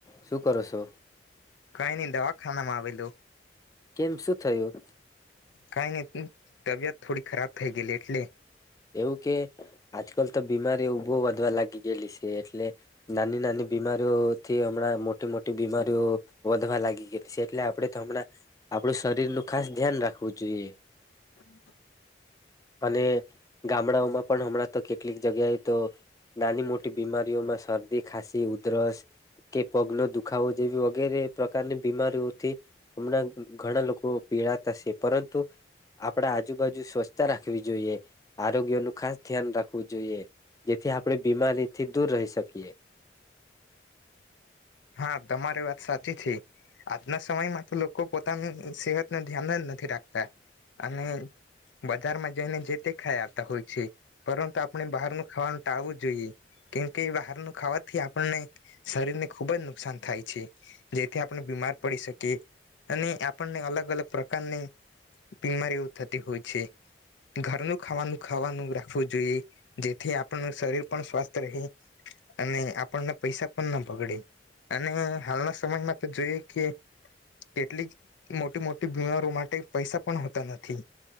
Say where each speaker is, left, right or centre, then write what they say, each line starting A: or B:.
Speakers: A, on the left; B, on the left.
A: શું કરો સો?
B: કઈ ની દવાખાના માં આવેલી. લો
A: કેમ શું થયું?
B: કઈ નઈ તબિયત થોડી ખરાબ થઈ ગયલી એટલે.
A: એવું કે આજકાલ તો બીમારીઓ ઊભો વધવા લાગી ગયેલી સે એટલે નાની નાની બીમારીઓથી હમણાં મોટી મોટી બીમારીઓ વધવા લાગી ગયેલી સે એટલે આપડે તો હમણાં આપણું શરીર નું ખાસ ધ્યાન રાખવું જોઈએ.
B: <inaudible>
A: અને ગામડાઓમાં પણ હમણાં તો કેટલીક જગ્યાએ તો નાની મોટી બીમારીઓમાં શરદી ખાંસી ઉધરસ કે પગનો દુખાવો જેવી વગેરે પ્રકારની બીમારીઓથી હમણાં ઘણા લોકો પીડાતા શે પરંતુ આપણા આજુબાજુ સ્વચ્છતા રાખવી જોઈએ. આરોગ્ય નું ખાસ ધ્યાન રાખ વુ જોઈએ જેથી આપણે બીમારીથી દૂર રહી શકીએ.
B: હા તમારી વાત સાચી છે આજના સમયમાં તો લોકો પોતાની સેહત ન ધ્યાન જ નથી રાખતા અને બજારમાં જઈને જે તે ખાઈ આવતા હોય છે પરંતુ આપણે બહારનું ખાવાનું ટાળવું જોઈએ કેમકે બહારનું ખાવાથી આપણને શરીરને ખૂબ જ નુકસાન થાય છે જેથી આપણે બીમાર પડી શકીએ અને આપણને અલગ અલગ પ્રકારની બીમારીઓ થતી હોય છે ઘરનું ખાવાનું ખાવાનું રાખવું જોઈએ જેથી આપણનું શરીર પણ સ્વસ્થ રહે અને આપણને પૈસા પણ ન બગડે. અને હાલના સમયમાં તો જોઈએ કે કેટલીક મોટી મોટી બીમારો માટે પૈસા પણ હોતા નથી.